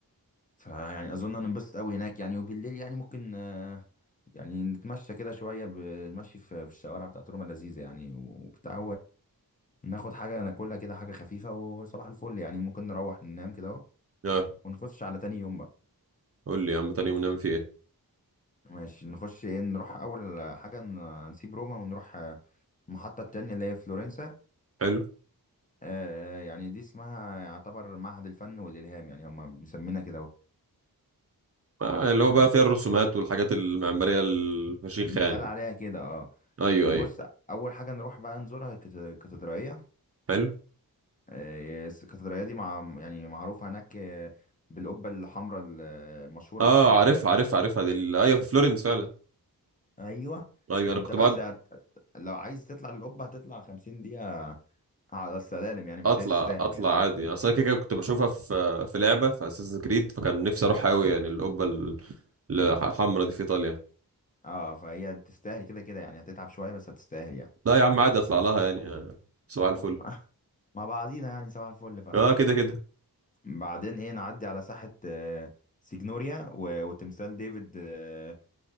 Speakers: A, on the left (about 20°); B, on the right (about 40°).
A: فيعني أظن هننبسط أوي هناك يعني وبالليل يعني ممكن آه، يعني نتمشى كده شوية بنمشي في في الشوارع بتاعت روما لذيذة يعني وبتاع وناخد حاجة ناكلها كده حاجة خفيفة وصباح الفل يعني ممكن نروح ننام كده أهو
B: اه
A: ونخش على تاني يوم بقى.
B: قول لي يا عم تاني يوم نعمل فيه ايه
A: ماشي نخش ايه نروح اول حاجه ن- نسيب روما ونروح آه، المحطه التانية اللي هي فلورنسا
B: حلو
A: آه يعني دي اسمها يعتبر معهد الفن والالهام يعني هم مسمينها كده اهو
B: آه، اللي هو
A: يعني
B: بقى فيها الرسومات والحاجات المعماريه الفشيخه
A: بيتقال
B: يعني
A: عليها كده اه
B: ايوه
A: بص
B: ايوه
A: اول حاجه نروح بقى نزورها الكت- الكاتدرائيه
B: حلو
A: آه، الكاتدرائيه دي مع يعني معروفه هناك آه، بالقبه الحمراء ال- المشهوره
B: اه
A: بتاعتها
B: عارف
A: يعني
B: عارف عارفها عارفها دي ال- ايوه في فلورنس فعلا
A: ايوه
B: ايوه انا
A: انت
B: كنت
A: بس
B: بقعد
A: هت... لو عايز تطلع للقبه هتطلع 50 دقيقه على السلالم يعني بس
B: اطلع
A: هي تستاهل
B: اطلع
A: يعني
B: عادي اصل انا كده كده كنت بشوفها في في لعبه في اساسن كريد فكان نفسي اروح قوي يعني القبه الحمراء دي في ايطاليا
A: اه فهي تستاهل كده كده يعني هتتعب شوية بس هتستاهل يعني
B: لا يا عم عادي اطلع لها يعني سؤال الفل
A: <laughs> مع بعضينا يعني صباح الفل ف
B: اه كده كده
A: بعدين ايه نعدي على ساحة آه، سيجنوريا و- وتمثال ديفيد آه،